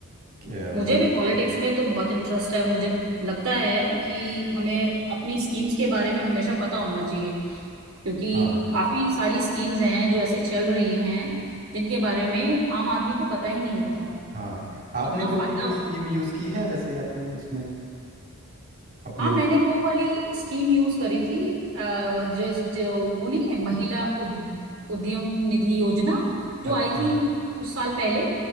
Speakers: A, on the right; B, on the right.
A: कि, अ, वो
B: मुझे भी
A: जो-
B: पॉलिटिक्स में तो बहुत इंटरेस्ट है मुझे लगता है कि हमें अपनी स्कीम्स के बारे में हमेशा पता होना चाहिए क्योंकि
A: हाँ
B: काफी सारी स्कीम्स हैं जो ऐसी चल रही हैं जिनके बारे में आम आदमी को पता ही नहीं होता
A: हाँ आपने
B: इतना
A: कभी
B: फायदा
A: कोई
B: होता
A: स्कीम यूज़ की है वैसे अपने उसमें अपने
B: हाँ
A: लिए
B: मैंने वो वाली स्कीम यूज करी थी अ, जो जो वो नहीं है महिला उद, उद्यम निधि योजना जो
A: अच्छा
B: आई थी कुछ साल पहले